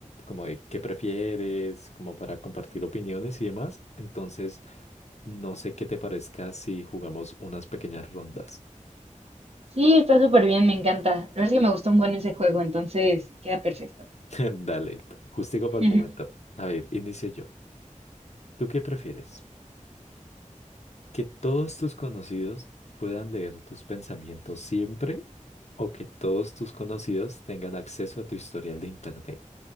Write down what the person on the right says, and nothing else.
Sí, está súper bien, me encanta. La verdad es que me gustó un buen ese juego, entonces queda perfecto.
<laughs>